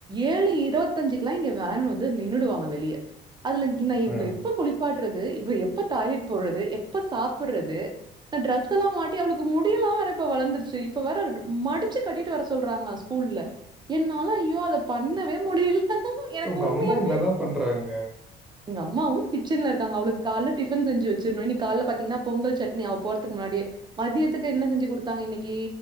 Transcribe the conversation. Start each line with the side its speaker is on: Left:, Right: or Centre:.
Right: ஏழு இருவத்தஞ்சுக்குலா இங்க வேன் வந்து நின்னுடுவாங்க வெளிய அதுல நா இவ்ள
Centre: ம்.
Right: எப்ப குளிப்பாட்டுறது இவள எப்ப டாய்லெட் போறது எப்ப சாப்புட்றது ந்த ட்ரஸுலா மாட்டி அவுளுக்கு முடியுலா வேற இப்ப வளந்துருச்சு இப்போ வேற மடிச்சு கட்டிட்டு வர சொல்றாங்க ஸ்கூல்ல என்னால ஐயோ அத பண்ணவே முடியுல எனக்கு
Centre: உங்க
Right: உண்மையாமே
Centre: அம்மா என்னதான் பண்றாங்க?
Right: எங்க அம்மாவு கிச்சன்ல இருக்காங்க அவுளுக்கு கால்ல டிஃபன் செஞ்சு வெச்சிர்ணோ இனி கால்ல பாத்தீங்ன்னா பொங்கல் சட்னி அவ போறதுக்கு முன்னாடியே மதியத்துக்கு என்ன செஞ்சி குடுத்தாங்க இன்னிக்கி